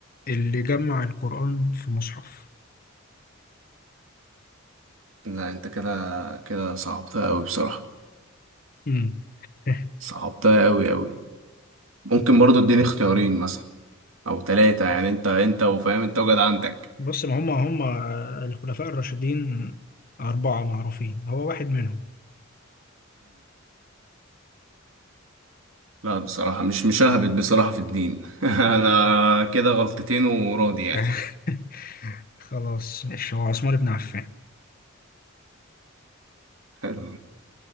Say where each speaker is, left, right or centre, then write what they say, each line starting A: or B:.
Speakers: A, on the left; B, on the right.
A: اللي جمع القرآن في مصحف
B: لا انت كده كده صعبتها قوي بصراحة
A: امم <laughs>
B: صعبتها قوي قوي ممكن برضه اديني اختيارين مثلا او ثلاثة يعني انت انت وفاهم انت وجد عندك
A: بص ما هم هم الخلفاء الراشدين أربعة معروفين هو واحد منهم
B: لا بصراحة مش مشاهبت بصراحة في الدين <laughs> أنا كده غلطتين وراضي يعني
A: <laughs> خلاص ماشي هو عثمان بن عفان
B: حلو